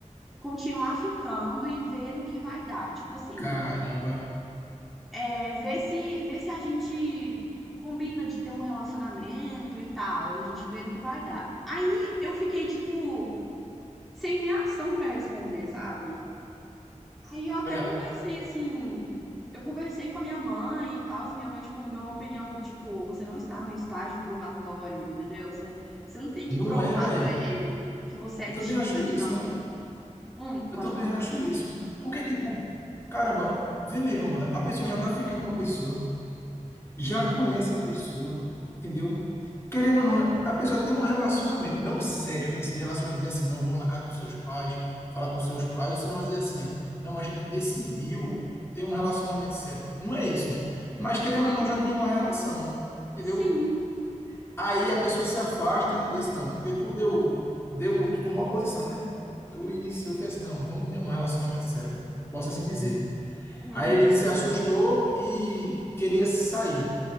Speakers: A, in the centre; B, on the left.
A: continuar ficando e ver no que vai dar? Tipo assim,
B: Caramba.
A: é, ver se, ver se a gente combina de ter um relacionamento e tal, a gente vê no que vai dar. Aí eu fiquei, tipo, sem reação pra responder, sabe? Aí eu até
B: Olha,
A: conversei assim, eu conversei com a minha mãe e tal, e minha mãe tipo, me deu uma opinião do tipo, você não está num estágio probatório, entendeu? Você, você não tem que
B: não
A: provar
B: é, velho.
A: pra ele que você é
B: Eu
A: digna
B: também acho
A: de
B: isso.
A: namorar. Hum,
B: Eu
A: pode
B: também
A: falar.
B: acho isso. Porque, tipo, caramba, vê mesmo, Amanda. A pessoa já tá ficando com a pessoa, já conhece a pessoa, entendeu? Querendo ou não, a pessoa tem um relacionamento, não sério, aquele relacionamento de assim, não vou na casa dos seus pais, falar com seus pais, ou se não dizer assim, ah, não, a gente decidiu ter um relacionamento sério. Não é isso. Mas querendo
A: Aham.
B: ou não, já tinha uma relação, entendeu?
A: Sim.
B: Aí a pessoa se afasta, diz assim, não, porque tu deu, deu, tu tomou a posição, né? Tu iniciou, fez assim, não, vamos ter um relacionamento sério, posso assim dizer.
A: Uhum.
B: Aí ele se assustou e queria se sair,